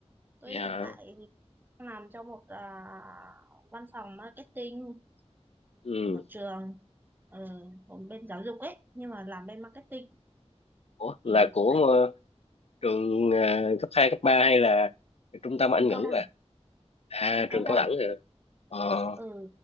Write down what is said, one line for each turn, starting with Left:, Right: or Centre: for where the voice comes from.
Right: tôi
Left: Dạ.
Right: hiện tại đang làm cho một à, văn phòng marketing
Left: Ừ.
Right: của một trường ờ, ở bên giáo dục ấy nhưng mà làm bên marketing
Left: Ủa là
Right: thì
Left: của
Right: phải
Left: ờ, trường ờ, cấp 2, cấp 3 hay là trung tâm
Right: trường
Left: Anh ngữ
Right: cao đẳng
Left: bà? À
Right: trường cao
Left: trường
Right: đẳng
Left: cao đẳng rồi. Ờ.
Right: ừ